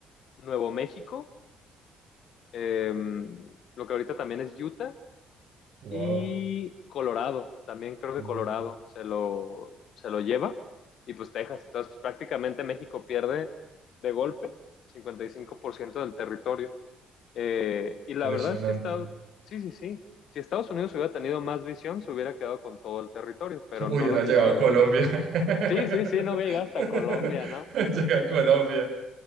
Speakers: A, on the left; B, on the right.
A: Nuevo México, eh, lo que ahorita también es Utah,
B: Wow,
A: y Colorado, también creo que
B: uy,
A: Colorado se lo, se lo lleva, y pues Texas. Entonces, pues, prácticamente México pierde de golpe 55% del territorio. Eh, y la
B: impresionante.
A: verdad es que Estados, sí, sí, sí. Si Estados Unidos hubiera tenido más visión, se hubiera quedado con todo el territorio, pero
B: <laughs> Uy,
A: no lo
B: era
A: quiso.
B: llegado a Colombia. <laughs>
A: Sí, sí, sí, no hubiera llegado hasta Colombia, ¿no?
B: Llegué a Colombia.